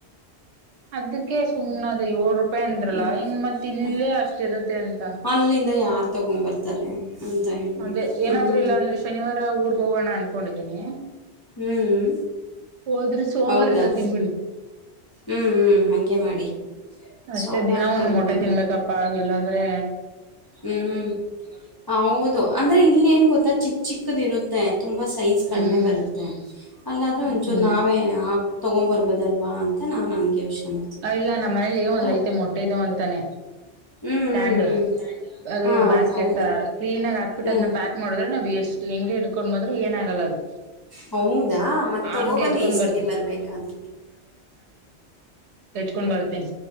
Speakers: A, on the right; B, on the left.
A: ಅದಕ್ಕೆೇ ಸುಮ್ಮ ಅದು ಏಳ ರೂಪಾಯಿ ಅಂದ್ರಲ್ಲ
B: ಹ್ಮ್
A: ಇನ್ ಮತ್ ಇಲ್ಲೇ ಅಷ್ಟಿರುತ್ತೆ ಅಂತ
B: ಅಲ್ಲಿಂದ ಯಾರ್ ತಗೊಂಡ್ ಬರ್ತಾರೆ ಅಂತ ಹೇಳ್ಬಿಟ್ಟು.
A: ಅದೇ ಏನಾದ್ರೂ
B: ಹ್ಮ್.
A: ಇಲ್ಲ ಅಂದ್ರೆ ಶನಿವಾರ ಊರ್ಗ್ ಹೋಗೋಣ ಅನ್ಕೊಂಡಿದೀನಿ
B: ಹ್ಮ್.
A: ಹೋದ್ರಿ ಸೋಮಾರ
B: ಹೌದಾ?
A: ತರ್ತೀನಿ ಬಿಡು
B: ಹ್ಮ್, ಹ್ಮ್. ಹಂಗೆ ಮಾಡಿ.
A: ಅಷ್ಟೇ
B: ಸೋಮವಾರ
A: ದಿನ ಒಂದ
B: ತಗೋಬನ್ನಿ.
A: ಮೊಟೆ ತಿನ್ಬೇಕಪ್ಪಾ ಇಲ್ಲಾ ಅಂದ್ರೆ
B: ಹ್ಮ್ ಹೌದು ಅಂದ್ರೆ ಇಲ್ಲಿ ಏನ್ ಗೊತ್ತಾ ಚಿಕ್ಕ ಚಿಕ್ಕದ್ ಇರುತ್ತೆ. ತುಂಬ ಸೈಜ್ ಕಡಿಮೆ
A: ಹ್ಮ್
B: ಬರುತ್ತೆ ಅಲ್ಲಾದ್ರೂ ಒಂಚೂರು
A: ಹ್ಮ್
B: ನಾವೇ ಹಾಕಿ ತೊಗೊಂದ ಬಾರ್ಬೋದಲ್ಲ ಅಂತ. ನಾನು ಹಂಗೆ ಯೋಚನೆ ಮಾಡ್ತೀನಿ.
A: ಇಲ್ಲ ನಮ್ಮ ಮನೇಲಿ
B: ಅಂದ್ರೆ
A: ಒಂದು ಐತೆ ಮೊಟ್ಟೆದು ಅಂತಾನೆ-
B: ಹ್ಮ್
A: ಸ್ಟ್ಯಾಂಡ್
B: ಹ್ಮ್ ಹ್ಮ್
A: ಅದು
B: ಹಾ
A: ಬ್ಯಾಸ್ಕೆಟ್
B: ಹೌದಾ
A: ತರ ಕ್ಲೀನ್ ಆಗಿ ಹಾಕ್ಬಿಟ್ಟು
B: ಹ್ಮ್
A: ಅದನ್ನ ಪ್ಯಾಕ್ ಮಾಡುದ್ರೆ ನಾವು ಎಷ್ಟು - ಹಿಂಗೆ ಹಿಡ್ಕೊಂಡ್ ಬಂದ್ರು ಏನ ಆಗಲ್ಲ ಅದು.
B: ಹೌದಾ ಮತ್ತ
A: ಹಂಗೆ
B: ತಗೋಬನ್ನಿ
A: ಎತ್ಕೊಂಡ್
B: ಈ ಸಲಿ
A: ಬರ್ತ
B: ಬರ್ಬೇಕಾದ್ರೆ.
A: ಇಟ್ಕೊಂಡ್ ಬರ್ತೇನೆ